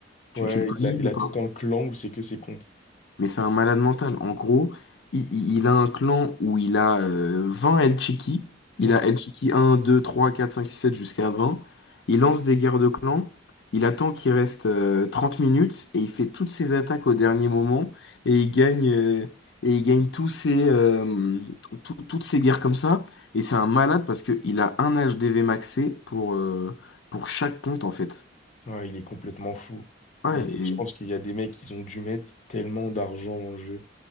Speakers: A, on the left; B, on the left.
A: Tu,
B: Ouais,
A: tu le connais
B: il a, il
A: lui, ou
B: a
A: pas?
B: tout un clan où c'est que ses comptes.
A: Mais c'est un malade mental. En gros, il, il- il a un clan où il a euh, 20 El Chiqui. Il
B: Hmm.
A: a El Chiqui 1, 2, 3, 4, 5, 6, 7 jusqu'à 20. Il lance des guerres de clans. Il attend qu'il reste euh, 30 minutes et il fait toutes ses attaques au dernier moment. Et il gagne, euh, et il gagne tous ses, euh, tout- toutes ses guerres comme ça. Et c'est un malade parce qu'il a un HDV maxé pour, euh, pour chaque compte en fait.
B: Ouais, il est complètement fou.
A: Ouais,
B: Mais je pense qu'il y a des mecs qui ont dû mettre tellement d'argent dans le jeu.